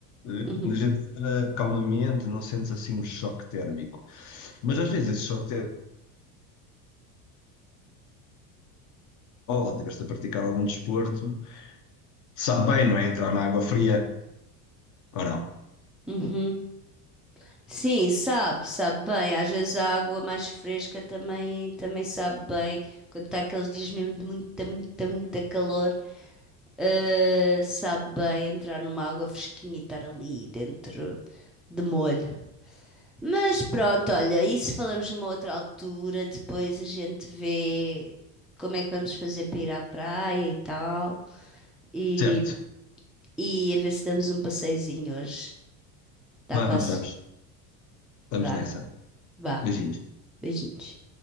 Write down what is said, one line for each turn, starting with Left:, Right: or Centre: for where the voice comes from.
Left: eh?
Centre: Uhum,
Left: A gente entra calmamente, não sentes assim um choque térmico. Mas às vezes esse choque térmico, oh, estiveste a praticar algum desporto, sabe bem, não é? Entrar na água fria ou não.
Centre: uhum, Sim, sabe, sabe bem. Às vezes a água mais fresca também, também sabe bem. Quando está aqueles dias mesmo de muita, muita, muita calor, eh, sabe bem entrar numa água fresquinha e estar ali dentro de molho. Mas pronto, olha, isso falamos numa outra altura. Depois a gente vê como é que vamos fazer para ir à praia e tal. E,
Left: Certo,
Centre: e a ver se damos um passeiozinho hoje. Está
Left: vamos,
Centre: quase.
Left: vamos, estamos
Centre: Vá,
Left: nessa.
Centre: vá.
Left: Beijinhos.
Centre: Beijinhos.